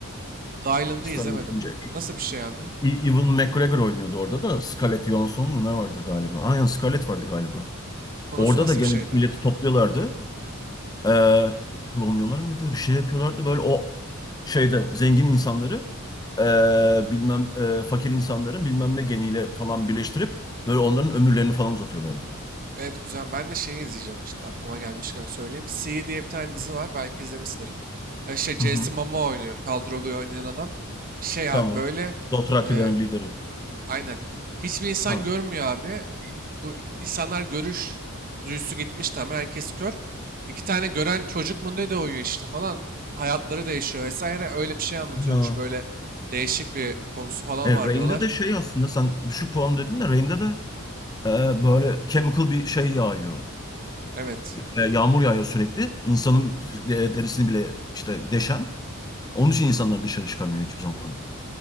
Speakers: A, on the right; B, on the left.
A: The Island'ı
B: Star
A: izlemedim.
B: Wars'ın ce-
A: Nasıl bir şey abi?
B: E- E, Ewan McGregor oynuyordu orada da. Scarlett Johansson mu ne vardı galiba? Aynen Scarlett vardı galiba.
A: Konusu
B: Orada
A: nasıl
B: da gene
A: bir şeydi?
B: milleti topluyorlardı. Ee, klonluyorlar mıydı? Bir şey yapıyorlardı. Böyle o şeyde zengin insanları ee, bilmem ee, fakir insanların bilmem ne geniyle falan birleştirip böyle onların ömürlerini falan uzatıyorlardı.
A: Evet güzel. Ben de şeyi izleyeceğim işte aklıma gelmişken söyleyeyim. C diye bir tane dizi var. Belki izlemişsindir. E, şey Jason
B: Hı hı.
A: Momoa oynuyor. Khal Drogo'yu oynayan adam. Şey
B: Tamam.
A: abi böyle
B: Dothrakilerin
A: e,
B: lideri.
A: aynen. Hiçbir insan
B: Ha.
A: görmüyor abi. İ- Bu insanlar görüş duyusu gitmiş tamamen. Herkes kör. İki tane gören çocuk mu ne de uyuyor işte falan. Hayatları değişiyor vesaire. Öyle bir şey anlatıyormuş.
B: Ha.
A: Böyle değişik bir konusu falan
B: E,
A: var
B: Reign'de
A: diyorlar.
B: de şey aslında sen düşük puan dedin de Reign'de de ee, böyle chemical bir şey yağıyor.
A: Evet.
B: Ee, yağmur yağıyor sürekli. İnsanın de- derisini bile işte deşen. Onun için insanlar dışarı çıkamıyor hiçbir zaman.